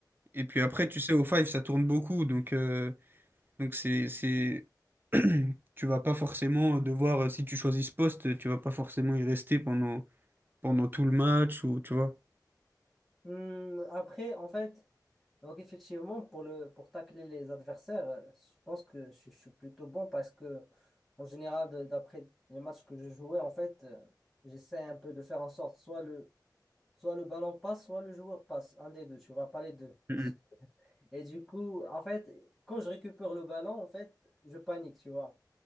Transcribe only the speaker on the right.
Et puis après, tu sais, au five, ça tourne beaucoup. Donc, euh, donc c'est, c'est... <clears throat> tu vas pas forcément devoir, euh, si tu choisis ce poste, tu vas pas forcément y rester pendant, pendant tout le match ou, tu vois.
Mhm.